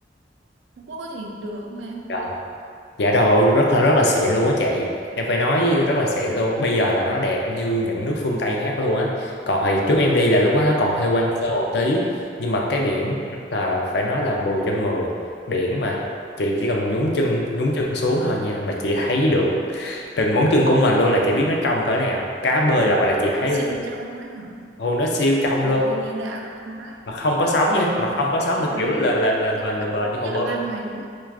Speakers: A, on the right; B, on the left.
A: Phú Quốc có gì được không em
B: Dạ Dạ rồi, rất là rất là xịn luôn á chị. Em phải nói rất là xịn luôn. Bây giờ là nó đẹp như những nước phương Tây khác luôn á. Còn hồi trước em đi là lúc đó nó còn hơi hoang sơ một tí, nhưng mà cái biển
A: Ồ
B: là phải nói là mười trên mười Biển mà chị chỉ cần nhúng chân nhúng chân xuống thôi nha mà chị thấy được từng ngón chân của mình luôn là chị biết nó trong cỡ nào. Cá bơi lội là chị thấy
A: nó
B: luôn.
A: siêu trong quá hả?
B: Hồ nó siêu trong
A: Trời
B: luôn
A: ơi nghe đã quá ta
B: mà không có sóng nha,
A: Ồ
B: mà không có sóng
A: nhưng
B: là
A: mà
B: kiểu là
A: đi
B: là
A: Phú
B: là
A: Quốc thì
B: bền là
A: phải
B: bền
A: ít
B: như hồ
A: nhất
B: bơi.
A: là 3 ngày đúng